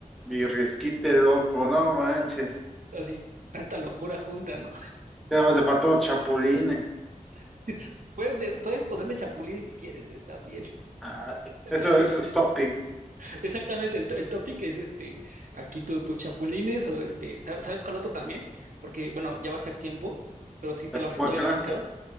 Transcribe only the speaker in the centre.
Birriesquite loco, no manches.
Ya nada más le faltó chapulines.
Ah, sí. Eso,
eso
es topping.
Las
cueclas,